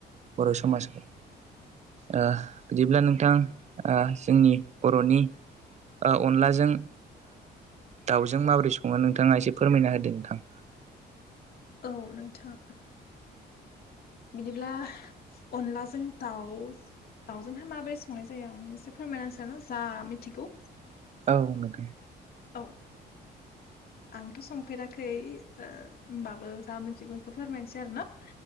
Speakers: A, on the right (about 40°); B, on the left (about 55°).
A: बर' समाजाव। ओ बिदिब्ला नोंथां ओ जोंनि बर'नि ओ अनलाजों दाउजों माबोरै सङो नोंथाङा एसे फोरमायना होदो नोंथां।
B: औ नोंथां। बिदिब्ला अनलाजों दाउ दाउजोंहाय माबोरै संनाय जायो आं एसे फोरमायना होनोसैना जा मिथिगौ।
A: औ नोथां।
B: औ। आंथ' संफेराखै ओ होमबाबो जा मिनथिगौ बेखौ फोरमायनोसै आरो न।